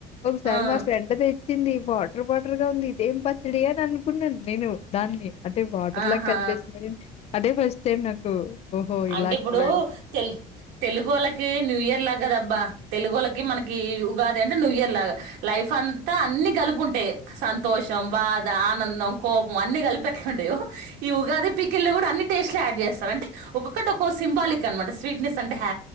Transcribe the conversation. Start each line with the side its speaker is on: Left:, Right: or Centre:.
Left: ఒక సారి
Right: ఆ
Left: మా ఫ్రెండ తెచి వచ్చింది వాటర్ వాటర్ గా ఉంది ఇదేం పచ్చడి అని అనుకున్నాను నేను దాన్ని అంటే వాటర్
Right: ఆహా
Left: లాగా కలిపేస్తుంది అదే ఫస్ట్ టైం నాకు ఓహో ఇలా
Right: అంటే ఇప్పుడు
Left: కూడా
Right: తెలు తెలుగు వాళ్ళకి న్యూ ఇయర్ లా కదా బ్బా తెలుగులకి మనకి ఉగాది అంటే న్యూ ఇయర్ లాగా లైఫ్ అంతా అన్ని కలుపు ఉంటాయి సంతోషం బాధ ఆనందం కోపం అన్ని కలిపెక్క ఉండేవు ఈ ఉగాది పిక్కిల్ లో కూడా అన్ని డ్ అంటే ఒక్క ఒకటి సింబాలిక్ అనమాట స్వీట్నెస్ అంటే హ